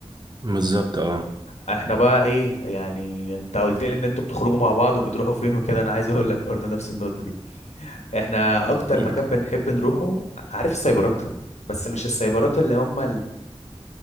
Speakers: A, on the right (about 40°); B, on the left (about 85°).
A: بالظبط اه
B: احنا بقى ايه يعني انت قلت لي ان انتوا بتخرجوا مع بعض وبتروحوا فين وكده انا عايز اقول لك برضو نفس النقطة دي احنا اكتر
A: ايه
B: مكان
A: ده
B: بنحب نروحه عارف السايبرات بس مش السايبرات اللي هم